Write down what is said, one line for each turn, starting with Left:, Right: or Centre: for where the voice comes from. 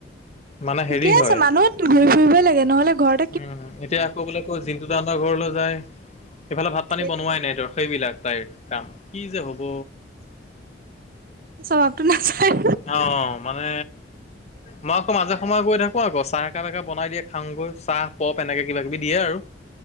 Left: মানে
Right: ঠিকে
Left: হেৰি হয়
Right: আছে মানুহ ঘূৰি ফুৰিবই লাগে, নহ'লে ঘৰত
Left: উম, এতিয়া আকৌ বোলে কওঁ জিন্টু দা হাঁতৰ ঘৰলৈ যায়। এইফালে ভাত পানী
Right: সেইটোৱে
Left: বনোৱাই
Right: সেইটোৱে
Left: নাই তাৰ সেইবিলাক তাইৰ কাম, কি যে হ'ব।
Right: স্বভাৱতো নাচায়।
Left: অ', মানে মই আকৌ মাজে সময় গৈ থাকো, আকৌ চাহ একাপ একাপ বনাই দিয়ে খাওঁগৈ, চাহ প'প এনেকে কিবা কিবি দিয়ে আৰু।